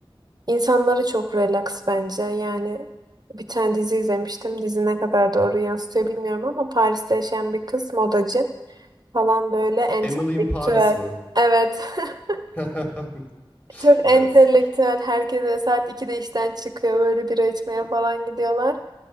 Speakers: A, on the right (about 45°); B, on the left (about 20°).
A: İnsanları çok relax bence. Yani bir tane dizi izlemiştim. Dizi ne kadar doğru yansıtıyor bilmiyorum ama Paris'te yaşayan bir kız modacı. falan böyle entelektüel.
B: Emily in Paris mi?
A: Evet. <laughs>
B: <laughs>
A: Çok
B: Evet.
A: entelektüel. Herkes böyle saat 2'de işten çıkıyor. Böyle bira içmeye falan gidiyorlar.